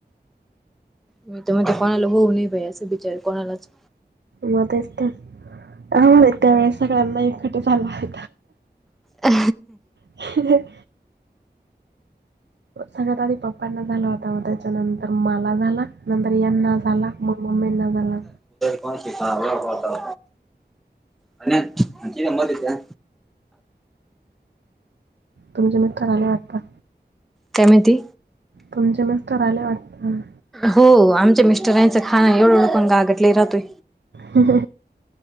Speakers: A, in the centre; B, on the right.
A: मी तर म्हणजे कोणाला होऊ नाही बाई असं विचार कोणालाच
B: मध्येच तर ह म्हण त्या वेळेस सगळ्यांना एकट चालू आहे
A: अ
B: ह सगळ्यात आधी पप्पांना झाला होता व त्याच्यानंतर मला झाला नंतर यांना झाला मग मम्मीईना झाला
A: को श का होता आणि कि का मध्ये त्या
B: तुमजे मग करायला वाटतात
A: कमिती
B: तुमचे मस्त आले वाटतं
A: हो आमच्या मिस्टर यांचं खाण एवढ लक गा आगडले राहतोय
B: हो